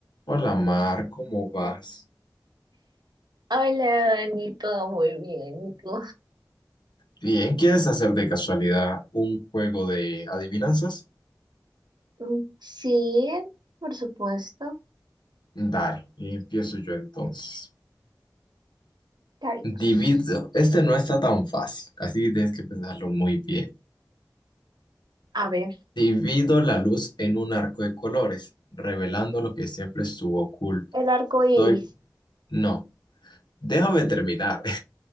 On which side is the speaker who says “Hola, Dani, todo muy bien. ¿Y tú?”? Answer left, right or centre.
Right